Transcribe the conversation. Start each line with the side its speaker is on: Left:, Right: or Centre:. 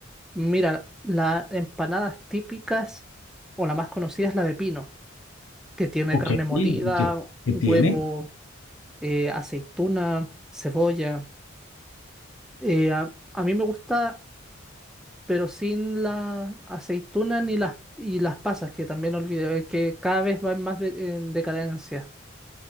Centre: Mira, las empanadas típicas o la más conocida es la de pino, que tiene
Left: Ok,
Centre: carne molida,
Left: ¿y qué, qué
Centre: huevo,
Left: tiene?
Centre: eh, aceituna, cebolla. Eh, a, a mí me gusta, pero sin la aceituna ni las, y las pasas, que también olvidé, eh, que cada vez va en más de- en decadencia.